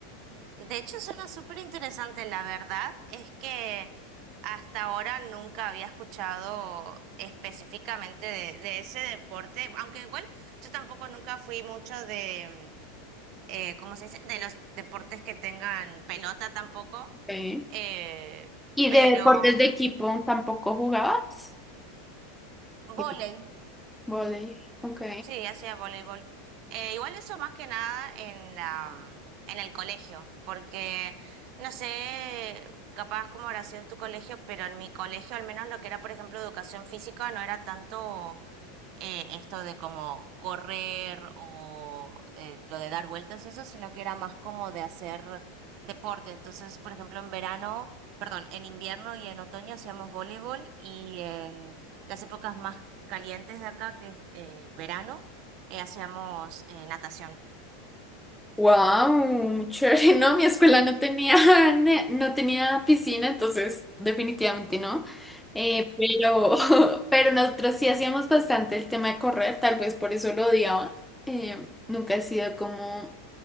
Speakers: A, on the right; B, in the centre.
A: De hecho, suena súper interesante. La verdad es que hasta ahora nunca había escuchado específicamente de, de ese deporte, aunque igual yo tampoco nunca fui mucho de, mm, eh, ¿cómo se dice? De los deportes que tengan pelota tampoco,
B: Ok.
A: eh,
B: ¿Y
A: pero...
B: de deportes de equipo tampoco jugabas?
A: Volei.
B: Ok. Voley. Ok.
A: Sí, hacía voleibol. Eh, igual eso más que nada en la, en el colegio, porque no sé, capaz como habrá sido en tu colegio, pero en mi colegio al menos lo que era, por ejemplo, educación física no era tanto eh, esto de como correr o eh, lo de dar vueltas y eso, sino que era más como de hacer deporte. Entonces, por ejemplo, en verano, perdón, en invierno y en otoño hacíamos voleibol y en las épocas más calientes de acá, que es el verano, eh, hacíamos eh, natación.
B: Wow, muy chévere. <laughs> No, mi escuela no tenía, <laughs> ne- no tenía piscina, entonces definitivamente no. Eh, pero, <laughs> pero nosotros sí hacíamos bastante el tema de correr, tal vez por eso lo odiaba. Eh, nunca he sido como